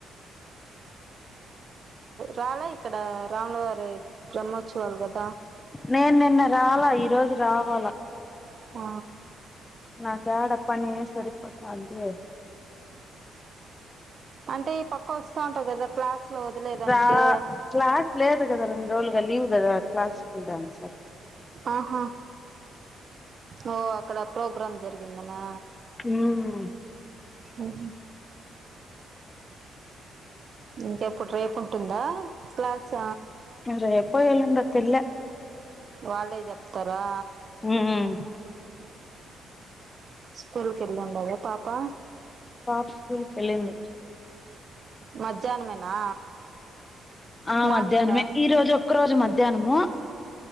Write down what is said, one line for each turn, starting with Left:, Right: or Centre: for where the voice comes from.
Right: రాలా ఇక్కడ రాములవారి బ్రహ్మోత్సవాలు కదా
Left: నేను నిన్న రాలా ఈ రోజు రావాలా
Right: ఆ
Left: నా తేడా ప నే సరిపతాంది
Right: అంటే ఈ పక్క వస్తా ఉంటావు కదా క్లాస్ లో వదిలేదానికి
Left: రా క్లాస్ లేదు కదా రెండు రోజులుగా లీవ్ కదా క్లాసిికల్ డన్స
Right: ఆహా ఓ అక్కడ ప్రోగ్రామ్ జరిగిందనా
Left: ఉమ్
Right: మ ఇంకెప్పుడు రేపు ఉంటుందా ప్లాస్
Left: అ రే పోయి వెలండతిల
Right: వాళ్ళే చెప్తారా
Left: ఉమ్
Right: స్కూల్కి వెళ్ళండద పాపా
Left: పాక్ూల్ తెలింది
Right: మధ్యాహ్నమేనా
Left: ఆ
Right: మార్నింగా
Left: మధ్యాహనమే ఈ రోజు ఒక్క రోజు మధ్యాహ్నము